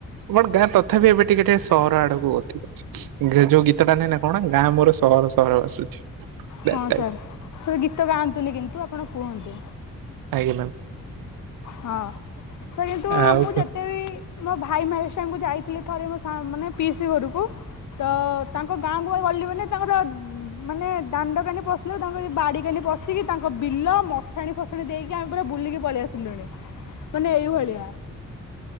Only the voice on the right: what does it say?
ବଟ ଗାଁ ତଥାପି ଏବେ ଟିକେ ଟିକେ ସହର ଆଡକୁ ଗତି କରୁଛି। ଯୋଉ ଗୀତଟା ନାଇଁ ନା କଣ ଗାଁ ମୋର ସହର ସହର ବାସୁଛି। ଦ୍ୟାଟ
ଟାଇପ।
ଆଜ୍ଞା ମ୍ୟାମ
ଆଉ